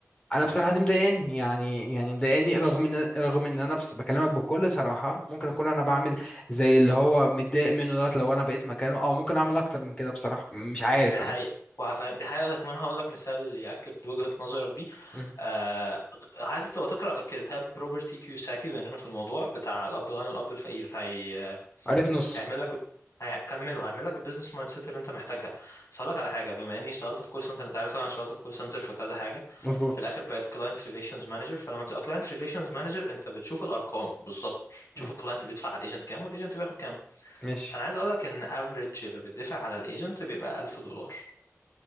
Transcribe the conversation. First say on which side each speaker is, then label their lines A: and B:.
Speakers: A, on the left; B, on the left.
A: انا بصراحه دي مضايقاني يعني يعني مضايقاني رغم ان رغم ان انا بس بكلمك بكل صراحه ممكن اكون انا بعمل زي اللي هو متضايق منه دوت لو انا بقيت مكانه او ممكن اعمل اكتر من كده بصراحه مش عارف
B: دي حقيقة
A: انا مش
B: وهفهم دي حقيقة كمان هقول لك مثال يأكد وجهة نظرك دي
A: مم.
B: آه... عايزك تبقى تقرأ كتاب روبرت تي كيوساكي بما إننا في الموضوع بتاع الأب الغني والأب الفقير هي...
A: قريت نص
B: هيعمل لك هيكمله هيعمل لك البيزنس مايند سيت اللي انت محتاجها بس هقول لك على حاجه بما اني اشتغلت في كول سنتر انت عارف انا اشتغلت في كول سنتر في كذا حاجه
A: مظبوط
B: في الاخر بقيت كلاينت ريليشنز مانجر فلما تبقى كلاينت ريليشنز مانجر انت بتشوف الارقام بالظبط تشوف
A: مم.
B: الكلاينت بيدفع على الايجنت كام والايجنت بياخد كام
A: ماشي
B: فانا عايز اقول لك ان افريج اللي بتدفع على الايجنت بيبقى 1000 دولار